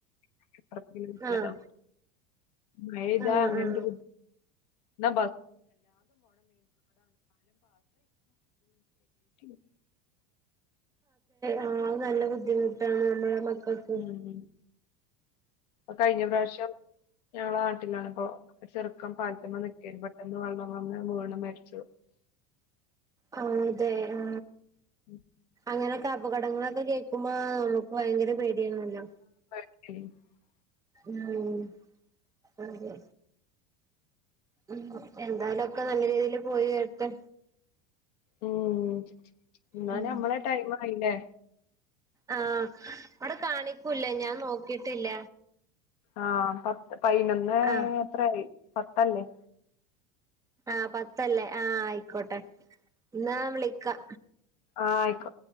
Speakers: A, on the left; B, on the right.
A: <unintelligible>
B: ആഹ്
A: മഴ പെയ്ത
B: ആഹ്
A: അങ്ങനെ
B: ആഹ്
A: ഒരു ബു <unintelligible> <unintelligible>
B: ആ അത് നല്ല ബുദ്ധിമുട്ടാണ് നമ്മള മക്കൾക്ക്
A: ഉം കഴിഞ്ഞ പ്രാവശ്യം ഞങ്ങളെ നാട്ടിലാണിപ്പൊ ഒരു ചെർക്കൻ പാലത്ത്മ്മ നിക്കണി പെട്ടെന്ന് വെള്ളം വന്ന് വീണ് മരിച്ചു.
B: ആ അതേ ആ
A: <inaudible>
B: ങ്ങനൊക്കെ അപകടങ്ങളൊക്കെ കേക്കുമ്പോ നമുക്ക് ഭയങ്കര പേടിയണല്ലോ.
A: <unintelligible>
B: ഉം അതേ ഉം എന്തായാലും ഒക്കെ നല്ല രീതിൽ പോയി വരട്ടെ
A: ഉം ന്നാ
B: ഉം
A: ഞമ്മളെ ടൈം ആയില്ലേ?
B: ആ അവടെ കാണിക്കുംലേ ഞാൻ നോക്കിട്ടില്ല.
A: ആ പത്ത് പയിനൊന്ന്
B: ആ
A: എത്രയി പത്തല്ലേ?
B: ആ പത്തല്ലേ ആ ആയിക്കോട്ടെ ന്നാ വിളിക്കാ.
A: ആ ആയിക്കോ